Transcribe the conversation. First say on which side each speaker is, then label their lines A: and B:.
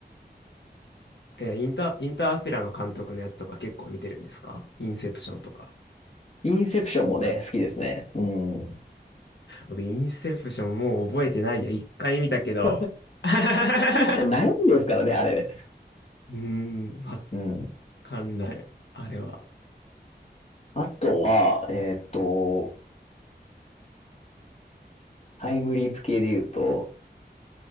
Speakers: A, on the left; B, on the left.
A: え、インター、インターステラーの監督のやつとか結構見てるんですかインセプションとか。
B: インセプションもね、好きですね。うん。
A: 僕、インセプションもう覚えてないや。一回見たけど。
B: <laughs>
A: <laughs>
B: 悩みですからね、あれで。
A: うーん、わ
B: うん。
A: かんない。あれは。
B: あとは、えっと、タイムリープ系で言うと、